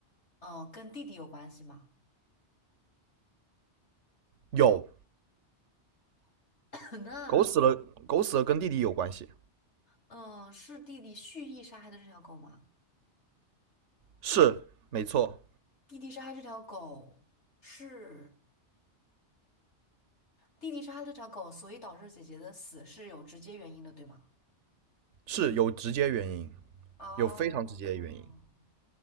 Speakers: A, on the left; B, on the right.
A: 嗯、呃跟弟弟有关系吗？
B: 有
A: <laughs> <clears throat> 那，
B: 狗死了，狗死了跟弟弟有关系，
A: 嗯、呃是弟弟蓄意杀害的这条狗吗？
B: 是没错，
A: 弟弟杀害这条狗是弟弟杀害这条狗，所以导致姐姐的死是有直接原因的，对吗？
B: 是有直接原因，
A: 哦，
B: 有非常直接的原因。